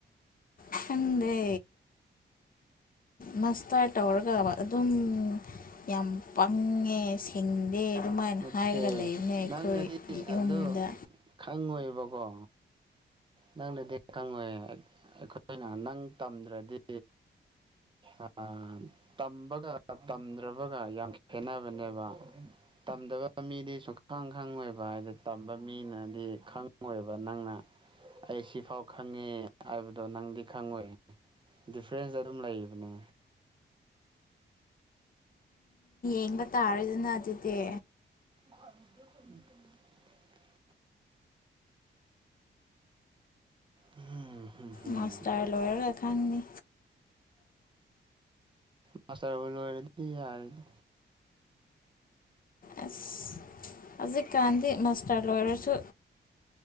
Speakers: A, on the left; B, on the right.
A: ꯈꯪꯗꯦ ꯃꯁꯇꯔ ꯇꯧꯔꯒ ꯑꯗꯨꯝ ꯌꯥꯝ ꯄꯪꯡꯉꯦ ꯁꯤꯡꯗꯦ ꯑꯗꯨꯃꯥꯏꯅ
B: ꯅꯠꯇꯦ
A: ꯍꯥꯏꯔꯒ ꯂꯩꯕꯅꯦ ꯑꯩꯈꯣꯏ
B: ꯅꯪꯅꯗꯤ ꯑꯗꯨ
A: ꯌꯨꯝꯗ
B: ꯈꯪꯉꯣꯏꯕꯀꯣ ꯅꯪꯅꯗꯤ ꯈꯪꯉꯣꯏ ꯑꯩꯈꯣꯏꯅ ꯅꯪ ꯇꯝꯗ꯭ꯔꯗꯤ ꯑ ꯇꯝꯕꯒ ꯇꯝꯗ꯭ꯔꯕꯒ ꯌꯥꯝ ꯈꯦꯠꯅꯕꯅꯦꯕ ꯇꯝꯗꯕ ꯃꯤꯗꯤ ꯁꯨꯈꯪ ꯈꯪꯉꯣꯏꯕ ꯍꯥꯏꯗꯤ ꯇꯝꯕ ꯃꯤꯅꯗꯤ ꯈꯪꯉꯣꯏꯕ ꯅꯪꯅ ꯑꯩ ꯁꯤꯐꯥꯎ ꯈꯪꯉꯦ ꯍꯥꯏꯕꯗꯣ ꯅꯪꯗꯤ ꯈꯪꯉꯣꯏ ꯗꯤꯐ꯭ꯔꯦꯟꯁ ꯑꯗꯨꯝ ꯂꯩꯕꯅꯦ
A: ꯌꯦꯡꯕ ꯇꯥꯔꯦꯗꯅ ꯑꯗꯨꯗꯤ
B: <unintelligible> ꯎꯝ ꯎꯝ ꯎꯝ
A: ꯃꯥꯁꯇꯔ ꯂꯣꯏꯔꯒ ꯈꯪꯅꯤ
B: ꯃꯥꯁꯇꯔꯕꯨ ꯂꯣꯏꯔꯗꯤ ꯌꯥꯔꯦꯗ
A: ꯑꯁ ꯍꯧꯖꯤꯛꯀꯥꯟꯗꯤ ꯃꯥꯁꯇꯔ ꯂꯣꯏꯔꯁꯨ